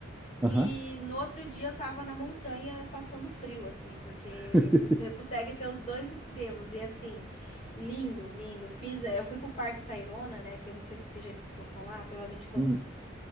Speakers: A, in the centre; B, on the left.
A: Aham.
B: e no outro dia eu tava na montanha passando frio, assim, porque
A: <laughs>
B: você consegue ter os dois extremos. E, assim, lindo, lindo. Fiz, eh, eu fui pro Parque Tayrona, né? Que eu não sei se você já escutou falar, provavelmente quando.
A: Hum.